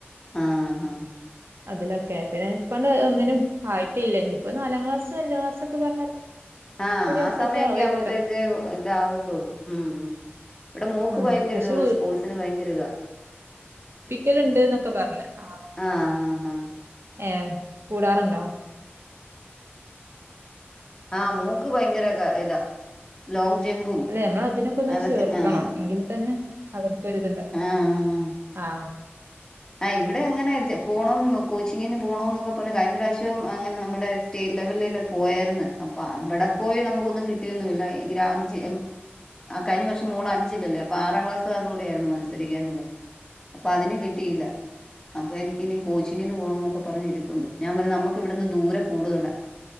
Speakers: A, on the left (about 20°); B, on the right (about 70°).
A: ആഹ ആഹ
B: അതിലൊക്കെ പിന്നെ ഇപ്പൊണ്ട് ഒന്നിനും ആയിട്ടില്ല ഇനിപ്പോ നാലാം ക്ലാസ് അഞ്ചാം ക്ലാസ്സ ഒക്കെ പറഞ്ഞ
A: ആഹ
B: ഒരു
A: ആ
B: അത്രൊക്കെ
A: സമയൊക്കെ
B: ആവേക്കാരം
A: ആവുമ്പോത്തേക്ക് ഇതാകത്തുള്ളൂ ഉം ഇവിടെ മോക്ക്
B: ആഹ്
A: ഭയങ്കര
B: പക്ഷെ
A: ഇത സ്പോർട്സിന് ഭയങ്കര ഇതാ
B: പിക്കലുണ്ട് എന്നൊക്കെ പറഞ്ഞു ആ
A: ആഹ് ആഹ് ആഹ്
B: ഏ കൂടാറുണ്ട് ആ
A: ആഹ് മോൾക്ക് ഭയങ്കര ഇതാ ലോങ് ജമ്പും
B: അല്ലെ നമ്മള അതിനൊക്കെ ഒന്ന്
A: അതൊക്കെ
B: ചേർക്കണം
A: ആഹ്
B: എങ്കിൽ തന്നെ അവർക്കൊരിതുണ്ട
A: ആഹ്
B: ആഹ
A: ആഹ് ഇവിടെ എങ്ങനെ പോണം കോച്ചിങ്ങിന് പോണം എന്നൊക്കെ പറഞ്ഞു കഴിഞ്ഞ പ്രാവശ്യ ഏറ്റവും അങ്ങനെ നമ്മുടെ സ്റ്റേറ്റ് ലെവലില പോയാരുന്നു അപ്പൊ അവിടെ പോയി നമുക്കൊന്നും കിട്ടിയൊന്നുംല്ല അഞ്ച് കഴിഞ്ഞ വർഷം മോൾ അഞ്ചില്ലല്ലേ അപ്പൊ ആറാം ക്ലാസ്സുകാടെ കൂടെ ആയിരുന്നു മത്സരിക്കാനല്ലേ അപ്പൊ അതിന് കിട്ടിയില്ല അപ്പൊ എനിക്കിനി കോച്ചിങ്ങിന് പോണോ എന്നൊക്കെ പറഞ്ഞ ഇരിപ്പുണ്ട് ഞാൻ പറഞ്ഞ നമുക്ക് ഇവിടുന്ന് ദൂരം കൂടുതലാ